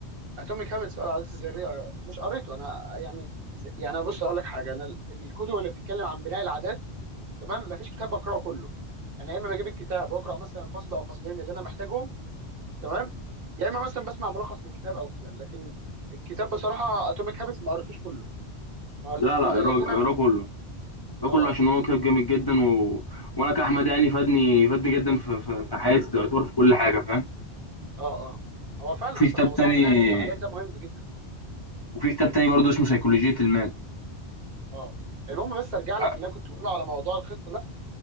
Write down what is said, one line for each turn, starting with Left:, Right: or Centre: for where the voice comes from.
Right: اتوميك هابتس بقى العادات الذريه مش قريته انا يعني يعني بص اقول لك حاجه انا الكتب اللي بتتكلم عن بناء العادات تمام مفيش كتاب بقراه كله انا يا اما بجيب الكتاب واقرا مثلا فصل او فصلين اللي انا محتاجهم تمام يا اما مثلا بسمع ملخص للكتاب او كده لكن الكتاب بصراحه اتوميك هابتس ما قريتوش كله ما قريتوش
Left: لا
Right: كله
Left: لا اقراه
Right: لان
Left: اقراه
Right: انا
Left: كله ده
Right: اه
Left: كله عشان هو كتاب جامد جدا و... وانا كاحمد يعني فادني فادني جدا في, في, في حياتي تعتبر في كل حاجه فاهم
Right: اه اه هو فعلا
Left: وفي
Right: اصلا
Left: كتاب
Right: موضوع
Left: تاني
Right: بناء العادات ده مهم جدا
Left: وفي كتاب تاني برضه اسمه سيكولوجيه المال
Right: اه المهم بس ارجع لك
Left: ع-
Right: اللي انا كنت بقوله على موضوع الخطه ده